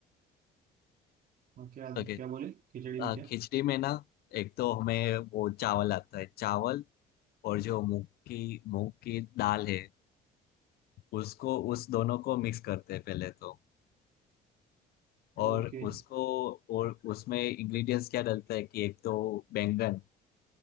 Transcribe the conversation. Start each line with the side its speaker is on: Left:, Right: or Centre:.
Right: और क्या
Left: ओके
Right: क्या बोले खिचड़ी में
Left: हाँ
Right: क्या
Left: खिचड़ी में ना एक तो हमें वो चावल आता है चावल और जो मूंग की मूंग की दाल है उसको उस दोनों को मिक्स करते हैं पहले तो और
Right: ओके
Left: उसको और उसमें इंग्रेडिएंट्स क्या डलता है कि एक तो बैंगन